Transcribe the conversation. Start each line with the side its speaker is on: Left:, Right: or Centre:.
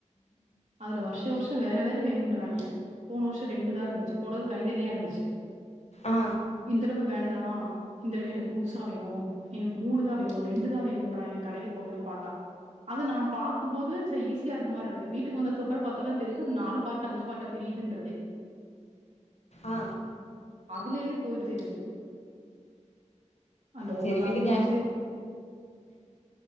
Right: அதுல வர்ஷ் வேற வேற வேணுன்றாங்க போன வருஷோ ரெண்டுதா இருந்துச்சு போனது தனித்தனியா இருந்துச்சு
Left: ஆ
Right: இந்தடவ வேண்டா இந்தடவு எனக்கு புதுசா வேணு எனக்கு மூணுதா வேணு ரெண்டு தா வேணுன்றாய்ங்க கடைக்கு போனேனே பாத்தா அது நா பாக்கும்போது ச ஈசியா இருக்கற மாரி இருக்கு வீட்டுக்கு வந்ததுகப்பறம் பாத்தாதா தெரி தது நாலு பார்ட்டு அஞ்சு பார்ட்டா பிரியிதின்றதே
Left: ஆ
Right: அதுலேயே போய்ருது எனக்கு அந்த ஒவ்வொன்னா
Left: சேரி விடுங்க
Right: பிரிச்சு